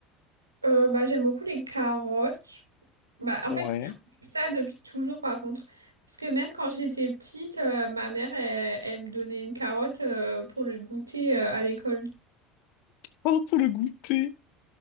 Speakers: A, on the right; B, on the left.
A: Euh, bah j'aime beaucoup les carottes. Bah en
B: Ouais.
A: fait tout ça depuis toujours par contre. Parce que même quand j'étais petite, euh, ma mère elle, elle me donnait une carotte euh, pour le goûter euh, à l'école.
B: Oh, pour le goûter!